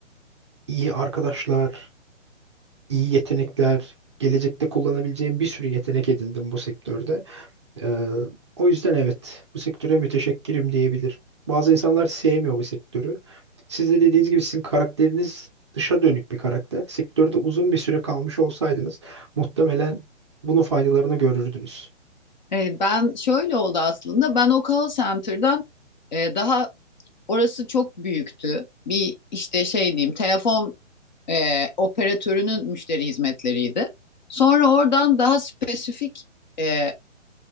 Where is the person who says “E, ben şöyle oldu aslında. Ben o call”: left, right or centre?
Left